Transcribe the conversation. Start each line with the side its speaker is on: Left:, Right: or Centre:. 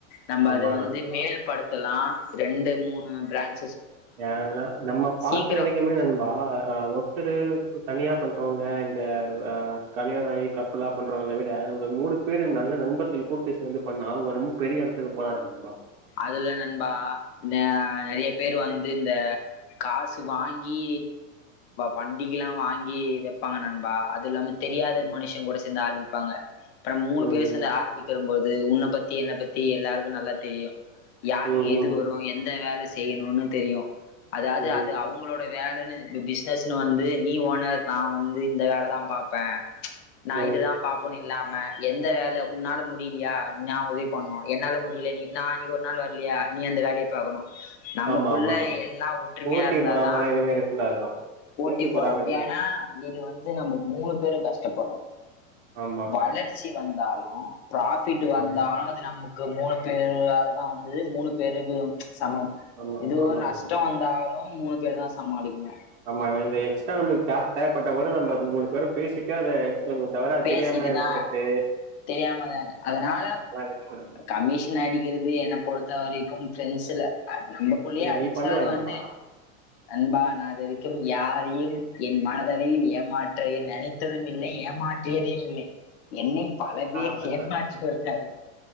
Left: நம்ப
Right: ஆமா
Left: அது வந்து
Right: நண்பா
Left: மேல் படுத்தலா ரெண்டு மூணு பிராச்
Right: ஏனா நம்ம பாத்த
Left: சீக்கிரம்
Right: வரிக்குமே நண்பா ஆ ஒருத்தரு தனியா பண்றவங்க இந்த கல்யாணோ ஆகி கப்புலா பண்றவங்கள விட ஒரு மூணு பேரு நல்ல நண்பர்கள் கூட்டு சேந்து பண்ணா அவுங்க ரொம்ப பெரிய இடத்துக்கு போயர்லா நண்பா
Left: அதுல நண்பா நா நெறைய பேர் வந்து இந்த காசு வாங்கி வண்டிகலா வாங்கி வெப்பாங்க நண்பா அது இல்லாம தெரியாத
Right: ம்
Left: மனுஷன் கூட சேந்து ஆரம்பிப்பாங்க இப்ப நம்ப மூணு
Right: ம்
Left: பேரு சேந்து ஆரம்பிக்கற போது உன்ன பத்தி என்ன பத்தி எல்லாருக்கு நல்லா தெரியும் யாரு
Right: ம் ம்
Left: எது வரும் எந்த வேல செ செய்யணூனு தெரியும் அதாது
Right: ம்
Left: அது அவுங்களோட வேலன்னு இப்ப பிஸ்னஸ்னு வந்து நீ ஓனர் நா வந்து இந்த வேலதா பாப்பே நா
Right: ம்
Left: இதுதா
Right: ம்
Left: பாப்பணு இல்லாம எந்த வேல உன்னால முடிலியா நா உதவி பண்னு என்னால முடில நீ நா இனிக்கு ஒரு நாள் வர்லயா நீ அந்த வேலயை பாக்கணு நமக்குள்ள
Right: ஆமா ஆமா ஆமா
Left: எல்லா ஒற்றுமையா
Right: போட்டி
Left: இருந்தாதா
Right: பொறாமலா எதுவுமே இருக்க கூடாதுடா
Left: போட்டி பொராம
Right: பொறாம எல்லா
Left: ஏனா இது வந்து நம்ம மூணு பேருங் கஷ்டப்பட்றோ
Right: ஆமா
Left: வளர்ச்சி வந்தாலு ப்ராஃபிட்டு வந்தாலு
Right: ஆமா
Left: அது நமக்கு மூணு பேரு ஆலதா வந்துது மூணு பேருக்கு வந் சமம்
Right: ஆமா ஆமா
Left: எது
Right: ஆமா
Left: ஒரு நஷ்டொ
Right: நண்பா
Left: வந்தாலு மூணு பேருதா சமாளிக்கிணு
Right: ஆமா இந்த எக்ஸ்ட்ரா நம்ளுக் கேஷ் தேவப்பட்டா கூட நம்ப மூணு பேரும் பேசிட்டு அத த்தவங்களுக் தவற அத்
Left: பேசிட்டுதா
Right: தெரியாம எடுத்துக்கற்து
Left: தெரியாமதா அதனால
Right: வச்சுக்கனு
Left: கமிஷன் அடிக்கிறது என்ன பொறுத்த வரைக்கும் ஃப்ரெண்ஸ்ஸுல அது நம்பக்குள்ளயே
Right: இல்ல
Left: அடிச்சா
Right: நீ பண்ணுவ
Left: அது
Right: நண்பா
Left: வந்து நண்பா நா இதுவரைக்கும் யாரையும் என் மனதளவில் ஏமாட் ற்ற எ நனைத்ததும் இல்லை ஏமாற்றியது இல்லை என்னை பல பேர்
Right: ஆ பண்றே
Left: ஏமாற்றிவிட்டார்கள்